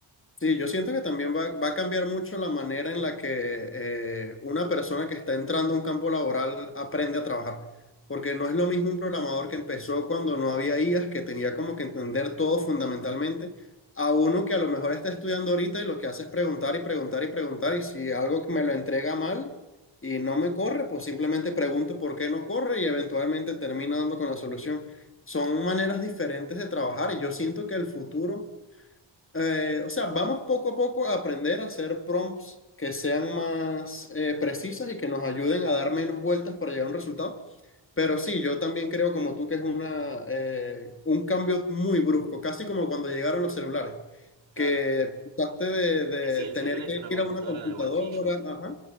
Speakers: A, on the left (about 25°); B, on the right (about 65°).
A: Sí, yo siento que también va, va a cambiar mucho la manera en la que eh, una persona que está entrando a un campo laboral aprende a trabajar. Porque no es lo mismo un programador que empezó cuando no había IAs, que tenía como que entender todo fundamentalmente, a uno que a lo mejor está estudiando ahorita y lo que hace es preguntar y preguntar y preguntar. Y si algo me lo entrega mal y no me corre, pues simplemente pregunto por qué no corre y eventualmente termino dando con la solución. Son maneras diferentes de trabajar y yo siento que el futuro eh, o sea, vamos poco a poco a aprender a hacer prompts que sean más eh, precisas y que nos ayuden a dar menos vueltas para llegar a un resultado. Pero sí, yo también creo como tú que es una, eh, un cambio muy brusco, casi como cuando llegaron los celulares,
B: Claro.
A: que pasaste de, de
B: Es que sí, el
A: tener
B: celular es
A: que
B: una
A: ir
B: computadora
A: a una computadora.
B: en el bolsillo.
A: Ajá.